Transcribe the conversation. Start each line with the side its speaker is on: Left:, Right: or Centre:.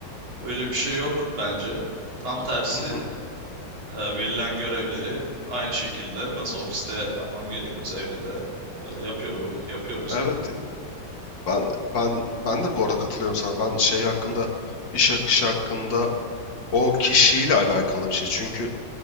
Right: Öyle bir şey yok bence. Tam tersi
Left: Hı hı.
Right: e, verilen görevleri aynı şekilde nasıl ofiste yapmam gerekiyorsa evde de e, yapıyorum, yapıyoruz
Left: Evet.
Right: yani.
Left: Ben ben ben de bu arada katılıyorum sana. Ben şey hakkında iş akışı hakkında o kişiyle alakalı bir şey. Çünkü